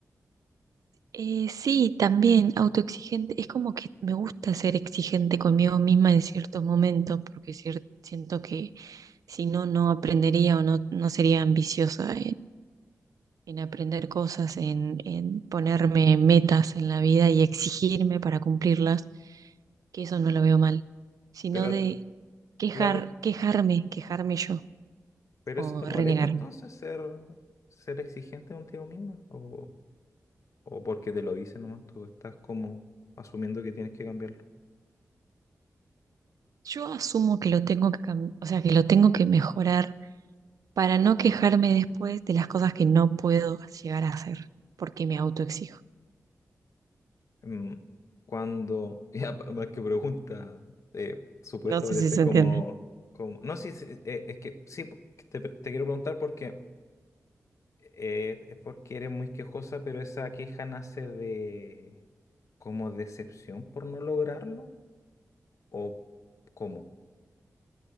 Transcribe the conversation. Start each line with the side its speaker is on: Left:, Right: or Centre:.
Right: Eh, sí, también autoexigente. Es como que me gusta ser exigente conmigo misma en ciertos momentos, porque cier- siento que si no, no aprendería o no, no sería ambiciosa en aprender cosas, en, en ponerme metas en la vida y exigirme para cumplirlas, que eso no lo veo mal, sino
Left: Pero,
Right: de quejar,
Left: claro,
Right: quejarme, quejarme yo
Left: pero
Right: o
Left: eso te
Right: renegarme.
Left: molesta entonces ser, ser exigente contigo misma o, o porque te lo dicen nomás, tú estás como asumiendo que tienes que cambiarlo.
Right: Yo asumo que lo tengo que cam- o sea, que lo tengo que mejorar para no quejarme después de las cosas que no puedo llegar a hacer, porque me autoexijo.
Left: Mm, Cuando, <laughs> ya pa- más que pregunta, eh, supuesta
Right: No sé
Left: parece
Right: si se
Left: como,
Right: entiende.
Left: como, no, sí, sí, eh, es que sí, te, te quiero preguntar porque... Eh, es porque eres muy quejosa, pero esa queja nace de como decepción por no lograrlo o cómo.